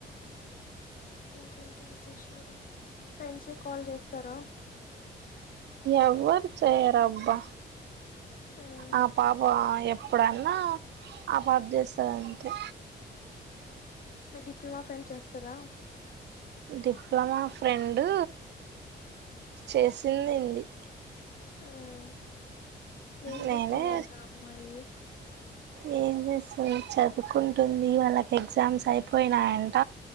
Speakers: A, on the left; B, on the right.
A: ఇంకేంటి విశేషాలు ఫ్రెండ్స్క్ కాల్ చేస్తారా
B: ఎవ్వర్ చేయరబ్బా
A: మ్మ్
B: ఆ పాప ఎప్పుడన్నా ఆబబ్ చేస్తాదంతే
A: మీ డిప్లొమా ఫ్రెండ్ చేస్తదా
B: డిప్లొమా ఫ్రెండు చేసిందింది
A: ఉమ్ ఏేం
B: నేనే
A: చేస్తుందంట అ అమ్మాయి
B: ఏం చేస్తలేద్ చదువుకుంటుంది వాళ్ళకి ఎగ్జామ్స్ అయిపోయినాయంట